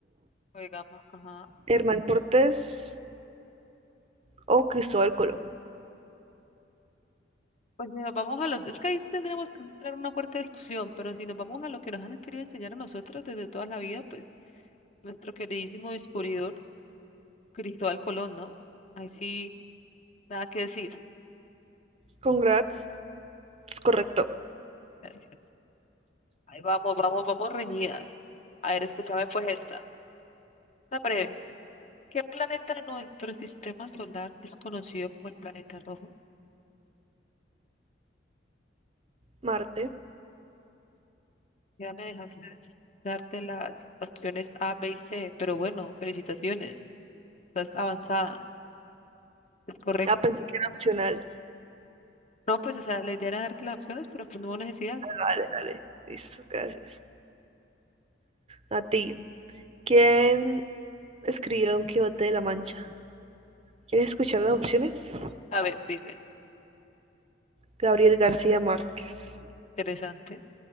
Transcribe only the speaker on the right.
Hernán Cortés o Cristóbal Colón.
Congrats, es correcto.
Marte.
Ah, pensé que era opcional.
Dale, dale, listo, gracias. A ti. ¿Quién escribió Don Quijote de la Mancha. ¿Quieres escuchar las opciones?
Gabriel García Márquez,